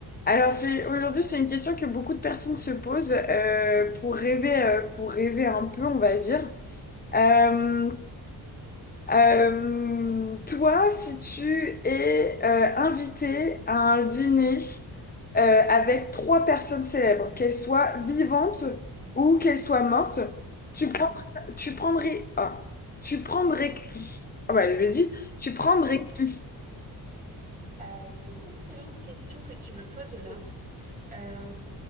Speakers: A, on the left (about 25°); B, on the right (about 20°).
A: Alors c'est aujourd'hui c'est une question que beaucoup de personnes se posent euh, pour rêver euh, pour rêver un peu on va dire. Euh, euh, toi si tu es euh, invité à un dîner euh, avec trois personnes célèbres, qu'elles soient vivantes ou qu'elles soient mortes, tu
B: Mhm.
A: prends, tu prendrais ah, tu prendrais qui? Ah bah je l'ai dit, tu prendrais qui?
B: Euh, c'est une excellente question que tu me poses là. Euh,